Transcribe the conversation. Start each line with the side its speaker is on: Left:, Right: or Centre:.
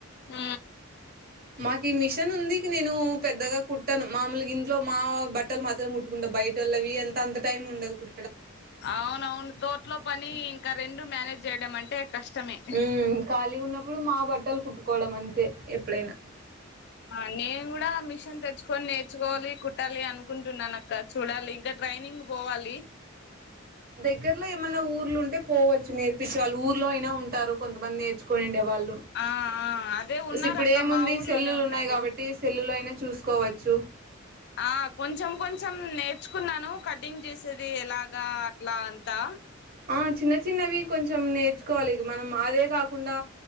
Left: హు
Right: మాకు ఈ మిషన్ ఉంది నేను పెద్దగా కుట్టాను మామూలుగా ఇంట్లో మా బట్టలు మాత్రం కుట్టుకుంటా బయ బయటోల్లవి అంత టైం ఉండదు కు
Left: అవునవును తోట్లో పని ఇంకా రెండు మేనేజ్ చేయడం అంటే కష్టమే
Right: ఉ ఖాళీ గా ఉన్నప్పుడు మా బట్టలు కుట్టుకోవడం అంతే ఎప్పుడైనా
Left: ఆ నేను కూడా మిషన్ తెచ్చుకొని నేర్చుకోవాలి కుట్టాలి అనుకుంటున్నాను అక్క చూడాలి ఇంకా ట్రైనింగ్ పోవాలి
Right: దగ్గరలో ఏమన్నా ఊర్లు ఉంటే పోవచ్చు నేర్పించే వాళ్ళు ఊర్లో అయినా ఉంటారు కొంతమంది నేర్చుకొని ఉండే వాళ్ళు
Left: ఆ ఆ అదే ఉన్నారు
Right: సి ఇప్పుడు
Left: అక్క
Right: ఏముంది
Left: మా ఊర్లోనే
Right: సెల్లులు
Left: ఉన్నారు
Right: ఉన్నాయి కాబట్టి సెల్లులు అయినా చూసుకోవచ్చు
Left: ఆ కొంచెం కొంచెం కొంచెం నేర్చుకున్నాను కట్టింగ్ చేసేది ఎలాగా అట్లా అంతా
Right: ఆ చిన్న చిన్నవి కొంచెం నేర్చుకోవాలి ఇగ మనం అదే కాకుండా